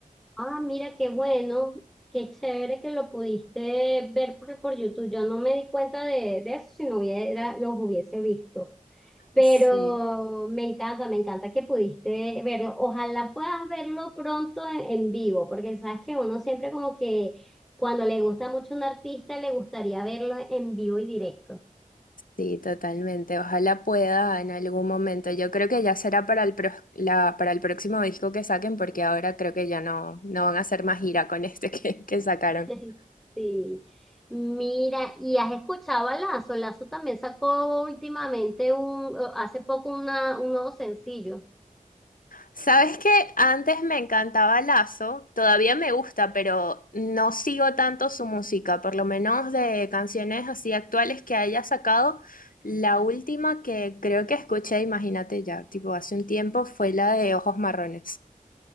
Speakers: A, in the centre; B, on the left.
A: Ah, mira, qué bueno, qué chévere que lo pudiste ver por, por YouTube. Yo no me di cuenta de, de eso si no hubiera, los hubiese visto. Pero
B: Sí.
A: me encanta, me encanta que pudiste verlo. Ojalá puedas verlo pronto en, en vivo, porque sabes que uno siempre como que cuando le gusta mucho un artista le gustaría verlo en vivo y directo.
B: Sí, totalmente. Ojalá pueda en algún momento. Yo creo que ya será para el, pro- la- para el próximo disco que saquen, porque ahora creo que ya no, no van a hacer más gira con este <laughs> que, que sacaron.
A: <laughs> Sí. Mira, ¿y has escuchado a Lazo? Lazo también sacó últimamente un, hace poco una, un nuevo sencillo.
B: Sabes que antes me encantaba Lazo, todavía me gusta, pero no sigo tanto su música, por lo menos de canciones así actuales que haya sacado. La última que creo que escuché, imagínate ya, tipo hace un tiempo, fue la de Ojos Marrones.